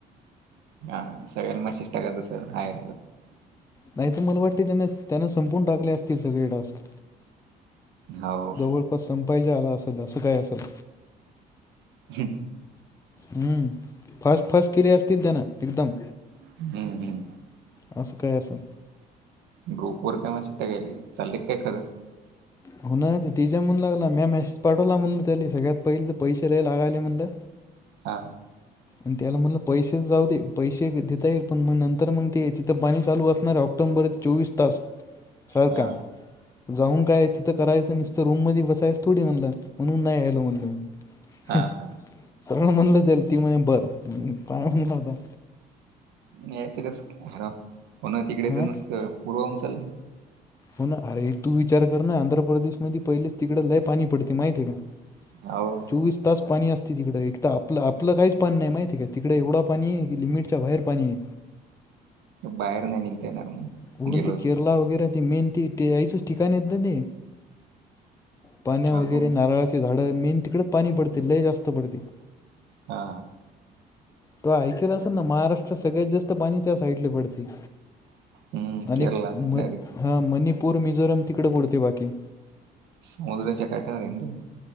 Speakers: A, on the right (about 85°); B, on the left (about 20°).
A: हा सगळ्यांला मशिष्ट टाका दुसर हाय....
B: नाही तर मला वाटते त्या त्याना संपून टाकले असतील सगळे टास्क....
A: हो
B: जवळपास संपायच आला असेल असं काय असेल....
A: हम्म
B: हम्म फास्ट -फास्ट केले असतील त्यानं एकदम.
A: हम्म हम्म
B: अस काय असल
A: ग्रुप वर काय माशी -टाकायली चाललेत काय खरं.
B: हो ना ते तेज्या म्हणून लागला मी मेसेज पाठवला म्हण त्या सगळ्यात पहिले तर पैसे लै लागाले म्हणलं.
A: हा
B: आणि त्याला म्हणलं पैशे जाऊ दे पैशे देता येईल पण मग नंतर मग ते तिथं पाणी चालू असणार आहे ऑक्टो नंबर चोवीस तास. खर
A: हा
B: का जाऊन काय तिथं करायचं नसत रूम मध्ये बसायचं थोडी म्हणलं. म्हणून नाही आलो म्हणल म
A: हा
B: सगळ म्हणल तेल... ती म्हण बर काय म्हणता..
A: यायचं कसर हो ना तिकडे
B: हां
A: तर नुसतं पूर्वहन चालल...
B: हो ना अरे तू विचार कर ना आंध्र प्रदेश मध पहिलेच तिकड ललेफ... पाणी पडते माहिती आहे का
A: हो
B: चोवीस तास पाणी अस.. तिकडे एक तर आपलं आपलं काहीच पाणी नाही माती काे तिकडे एवढं पाणी आहे की लिमिट... अच्छा बाहेरपनी...
A: बाहेर नाही निघता येणार मग
B: वरून
A: गेलो
B: ते केरला वगैरे त मेन ती यायचेच ठिकाण येत ना ते पाण्या
A: हो
B: वगैरे नारळाची झाड मेन तिकडे पाणी पडते लय जास्त पडते
A: हा
B: तो ऐकत असेल ना महाराष्ट्रात सगळ्यात जास्त पाणी त्या साईड ला पडते
A: हम्म
B: आणि
A: केरला
B: म
A: डायरेक्ट
B: -हा -मणिपूर, मिझोरम तिकडे पुडते बाकी
A: समुद्राच्या काठावर आहे ना ते